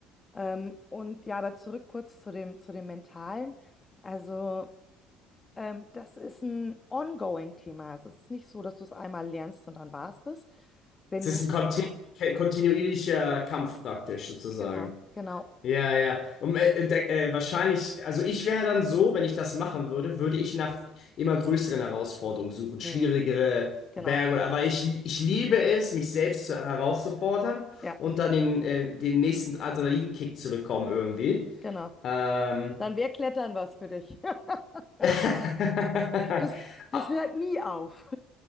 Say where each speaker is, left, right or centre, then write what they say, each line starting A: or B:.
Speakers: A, on the left; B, on the left.
A: Ähm, und ja, aber zurück kurz zu dem, zu dem Mentalen. Also, ähm, das ist ein ongoing-Thema. Also, es ist nicht so, dass du es einmal lernst und dann war's das. Wenn
B: Es ist
A: du es,
B: ein kontin- kontinuierlicher Kampf praktisch sozusagen.
A: genau, genau,
B: Ja, ja. Und äh, äh, äh, wahrscheinlich, also ich wäre dann so, wenn ich das machen würde, würde ich nach immer größeren Herausforderungen suchen,
A: mhm,
B: schwierigere
A: genau,
B: Berge oder, aber ich, ich liebe es, mich selbst zu, herauszufordern
A: ja,
B: und dann den, äh, den nächsten Adrenalinkick zu bekommen irgendwie.
A: genau.
B: Ähm.
A: Dann wäre Klettern was für dich. <laughs>
B: <laughs>
A: Das, das
B: Ah,
A: hört nie auf.